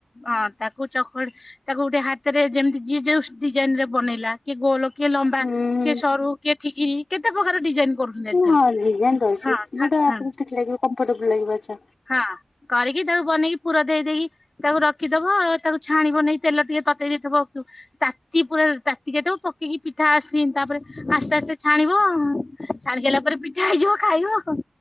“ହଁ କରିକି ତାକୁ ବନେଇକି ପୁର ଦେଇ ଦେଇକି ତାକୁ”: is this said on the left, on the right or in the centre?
Left